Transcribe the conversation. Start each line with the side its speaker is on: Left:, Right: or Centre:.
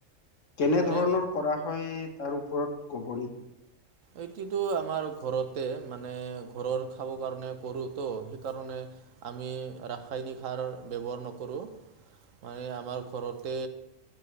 Left: কেনে
Right: মানে
Left: ধৰণৰ কৰা হয় তাৰ ওপৰত ক'ব নেকি।
Right: এইটো আমাৰ ঘৰতে মানে ঘৰৰ খাব কাৰণে কৰো ত সেইকাৰণে আমি ৰাসায়নিক সাৰ ব্যৱহাৰ নকৰোঁ। মানে আমাৰ ঘৰতে